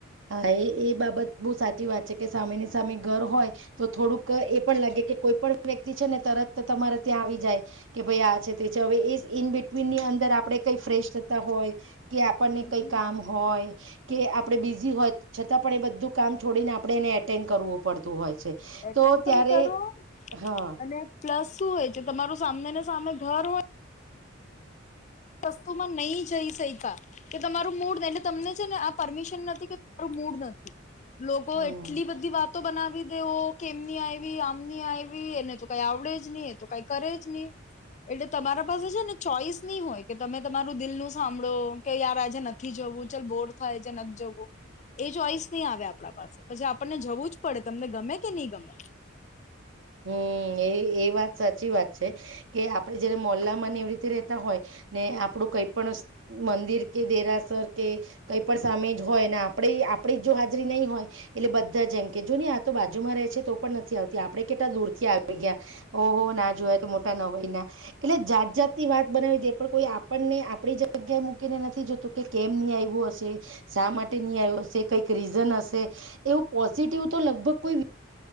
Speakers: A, on the right; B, on the left.
A: હા, એ એ બાબત બો સાચી વાત છેકે સામેની. સામે ઘર હોય, તો થોડુંક એ પણ લાગે, કે કોઈ પણ વ્યક્તિ છેને, તરત તમારે ત્યાં આવી જાય. કે ભઈ આછે તેછે હવે, એ ઈન બિટવીનની અંદર આપડે કઈ ફ્રેશ થતાં, હોય કે આપણને
B: હમ.
A: કઈ કામ હોય, કે આપડે બી હોય, છતાં પણ એ બધું કામ છોડીને આપડે એને એટેન્ડ કરવું પડતું હોય. છે
B: એટેન્ડ
A: તો ત્યારે
B: પણ કરો,
A: હા
B: અને પ્લસ શું હોય છે, તમારું સામનેને સામે ઘર હોય વસ્તુમાં નઈ જઈ, શયકા કે તમારું મૂડ એટલે તમને છેને, આ પરમિશન નથી, કે મૂડ નથી, લોકો
A: હમ
B: એટલી બધી, વાત તો બનાવી દેવો કેમની આયવી, આમની આયવી એને તો કઈ આવડે જ ની એતો કઈ કરે જ ની. એટલે તમારા પાસે છેને, ચોઈસની હોય. કે તમે તમારું દિલનું સાંભળો કે યાર આજે નથી, જવું ચાલ બોર થાય છે, નથી જવું એ ચોઈસની આવે આપરા પાસે પછી આપણને જવું, જ પડે તમને ગમે, કે ની ગમે.
A: હમ, એ એ વાત સાચી વાત છે, કે આપડે જયારે મોલ્લા એવી રીતે રેતા હોય, ને આપડું કઈ પણ મંદિર કે દેરાસર, કે કઈ પણ સામે જ હોય, ને આપડી આપડી જ જો હાજરી નય હોય, એટલે બધાં જ એમ કે જોની આતો બાજુમાં રહે છે, તો પણ નથી, આવતી આપ આપરે કેટલા દૂરથી આવી ગયાં, હો હો ના જોયા, તો મોટા ન હોયનાં એટલે જાત જાતની, વાત બના જે પણ કોઈ આપણને આપરી જગ્યાએ મૂકીને નથી, જોતું કે કેમની આયવું હશે, શા માટે ની આયવું, હશે કઈંક રીઝન હશે એવું પોઝિટિવતો લગભગ કોઈ